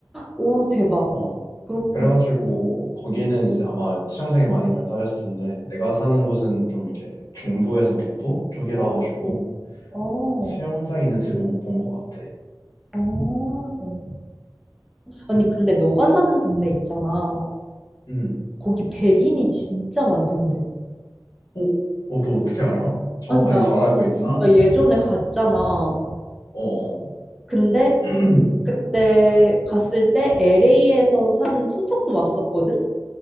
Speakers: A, in the centre; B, on the left.
A: 오, 대박.
B: 어.
A: 그렇구나.
B: 그래가지고, 거기는 이제 아마 수영장이 많이 발달했을 텐데, 내가 사는 곳은 좀 이렇게 중부에서 북부 쪽이라
A: 어,
B: 가지고,
A: 어.
B: 수영장 있는 집은 못 본 것 같아.
A: 어. 아니,
B: 음.
A: 근데 너가 사는 동네 있잖아.
B: 음.
A: 거기 백인이 진짜 많던데.
B: 어? 어, 너 어떻게 알아? 정확하게
A: 아니, 나,
B: 잘 알고 있구나.
A: 나 예전에 갔잖아.
B: 어, 어.
A: 근데
B: <clears throat>
A: 그때 갔을 때 LA에서 사는 친척도 왔었거든?